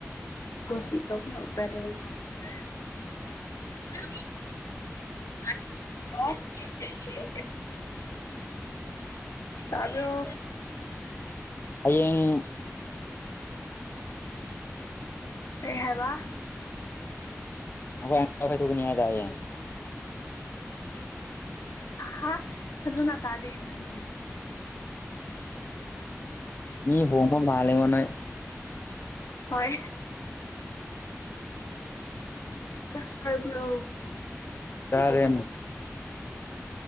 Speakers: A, on the left; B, on the left.
A: ꯈꯨꯁꯤ ꯇꯧꯕꯤꯌꯨ <unintelligible> <unintelligible> ꯍꯜꯂꯣ ꯇꯥꯕ꯭ꯔꯣ
B: ꯍꯌꯦꯡ
A: ꯀꯩ ꯍꯥꯏꯕ
B: ꯑꯩꯈꯣꯢ <unintelligible> ꯀꯥꯢ ꯊꯣꯛꯒꯅꯤ ꯍꯥꯢꯗꯥꯢ ꯍꯌꯦꯡ
A: ꯍꯥ ꯐꯖꯅ ꯇꯥꯗꯦ ꯅꯪꯒꯤ
B: ꯃꯤ ꯍꯣꯡꯕ ꯃꯜꯂꯦ ꯅꯣꯢ
A: ꯍꯣꯏ ꯆꯥꯛ ꯆꯥꯔꯕ꯭ꯔꯣ
B: ꯆꯥꯔꯦ